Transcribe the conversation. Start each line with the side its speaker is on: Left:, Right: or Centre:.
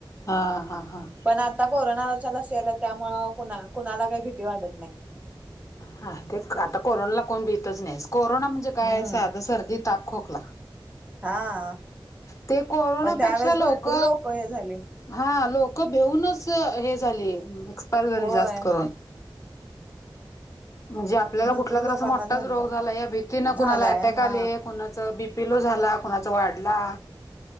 Left: हा हा हा.
Right: पण आता कोरोनाच्या लसी आल्यात, त्यामुळं कुणा-कुणाला काय भीती वाटत नाही.
Left: हा ते आता कोरोनाला कोण भीतच नाही. कोरोना म्हणजे काय
Right: हम्म
Left: साधं सर्दी, ताप, खोकला.
Right: हा.
Left: ते कोरोनापेक्षा
Right: पण त्यावेेळेस
Left: लोक,
Right: भरपूर हे झाले.
Left: हा लोक भेऊनच ते हे झाली एक्सपायर झाली
Right: होय
Left: जास्त करून. म्हणजे आपल्याला
Right: भरपूर
Left: कुठला तर
Right: लोकांना
Left: असा मोठाचं
Right: झालत
Left: रोग झाला या भीतीनं
Right: झालाय
Left: कुणाला अटॅक
Right: हा.
Left: आले, कुणा बीपी लो झाला कुणाचा वाढला.